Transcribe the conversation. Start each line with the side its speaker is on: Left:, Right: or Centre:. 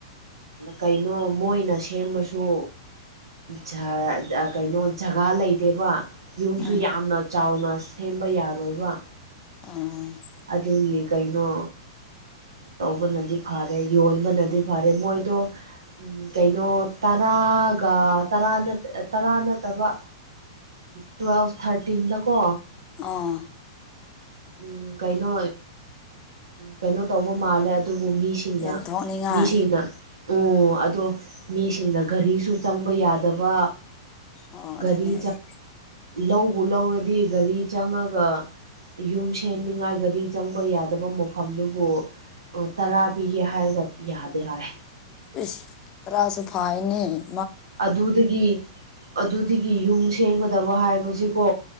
Right: ꯀꯩꯅꯣ ꯃꯣꯏꯅ ꯁꯦꯝꯕꯁꯨ ꯖꯔ ꯑꯥ ꯀꯩꯅꯣ ꯖꯒꯥ ꯂꯩꯗꯦꯕ ꯌꯨꯝꯁꯨ
Left: ꯎꯝ
Right: ꯌꯥꯝꯅ ꯆꯥꯎꯅ ꯁꯦꯝꯕ ꯌꯥꯔꯣꯏꯕ
Left: ꯑꯦ
Right: ꯑꯗꯨꯒꯤ ꯀꯩꯅꯣ ꯇꯧꯕꯅꯗꯤ ꯐꯔꯦ ꯌꯣꯟꯕꯅꯗꯤ ꯐꯔꯦ ꯃꯣꯏꯗꯣ ꯎꯝ ꯀꯩꯅꯣ ꯇꯔꯥꯒ ꯇꯔꯥ ꯅꯥꯠ ꯇꯔꯥ ꯅꯠꯇꯕ ꯇꯨꯋꯦꯜꯐ ꯊꯥꯔꯇꯤꯟꯗꯀꯣ
Left: ꯑꯥ
Right: ꯎꯝ ꯀꯥꯏꯅꯣ ꯀꯩꯅꯣ ꯇꯧꯕ ꯃꯥꯜꯂꯦ ꯑꯗꯨꯕꯨ ꯃꯤꯁꯤꯡꯅ
Left: ꯌꯦꯟꯊꯣꯛꯅꯤꯡꯉꯥꯏ
Right: ꯃꯤꯁꯤꯡꯅ ꯑꯣ ꯑꯗꯣ ꯃꯤꯁꯤꯡꯅ ꯒꯥꯔꯤꯁꯨ ꯆꯪꯕ ꯌꯥꯗꯕ
Left: ꯑꯣ
Right: ꯒꯥꯔꯤ
Left: ꯑꯗꯨꯅꯦ ꯑꯗꯨ
Right: ꯂꯧꯕ ꯂꯧꯔꯗꯤ ꯒꯥꯔꯤ ꯆꯪꯉꯒ ꯌꯨꯝ ꯁꯦꯝꯅꯤꯡꯉꯥꯏ ꯒꯥꯔꯤ ꯆꯪꯕ ꯌꯥꯗꯕ ꯃꯐꯝꯗꯨꯕꯨ ꯑꯣ ꯇꯔꯥ ꯄꯤꯒꯦ ꯍꯥꯏꯔꯒ ꯌꯥꯗꯦ ꯍꯥꯏ
Left: ꯏꯁ ꯇꯔꯥꯁꯨꯐꯥꯏꯅꯦ
Right: ꯑꯗꯨꯗꯒꯤ ꯑꯗꯨꯗꯒꯤ ꯌꯨꯝ ꯁꯦꯝꯒꯗꯕ ꯍꯥꯏꯕꯕꯁꯤꯀꯣ